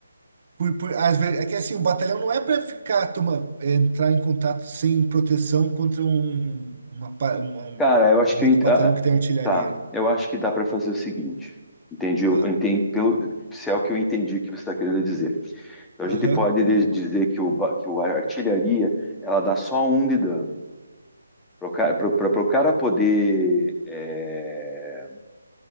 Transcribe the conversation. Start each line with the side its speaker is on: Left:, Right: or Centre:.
Right: Por, por, às vezes, é que assim, o batalhão não é para ficar, toma, é, entrar em contato sem proteção contra um, uma, pa- uma- um
Centre: Cara, eu acho
Right: um
Centre: que.
Right: outro
Centre: eu ent-
Right: batalhão
Centre: ah,
Right: que
Centre: ah,
Right: tem artilharia.
Centre: Tá,
Right: né?
Centre: eu acho que dá para fazer o seguinte. Entendi, eu
Right: Ah,
Centre: entendi, pelo, se é o que eu entendi que você está querendo dizer. Então, a
Right: Aham.
Centre: gente pode de- dizer que, o, ba- que o- a artilharia, ela dá só um de dano. Para o cara poder. É,